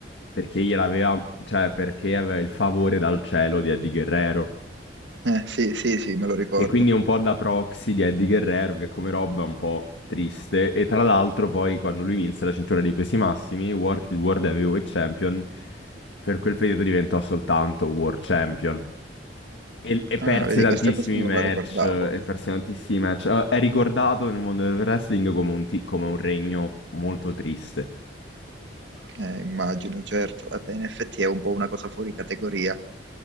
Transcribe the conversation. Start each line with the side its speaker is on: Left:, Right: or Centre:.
Left: perché gliel'aveva, cioè perché aveva il favore dal cielo di Eddie Guerrero.
Right: Eh, sì, sì, sì, me lo ricordo.
Left: Che quindi è un po' da proxy di Eddie Guerrero, che come roba è un po' triste. E tra l'altro poi quando lui vinse la cintura dei pesi massimi, Wor- il World Heavyweight Champion, per quel periodo diventò soltanto World Champion. E, e perse
Right: Ah, vedi,
Left: tantissimi
Right: questa cosa non
Left: match,
Right: la ricordavo.
Left: e perse tantissimi match. Eh, È ricordato nel mondo del wrestling come un, ti- come un regno molto triste.
Right: Eh, immagino, certo. Eh beh, in effetti è un po' una cosa fuori categoria.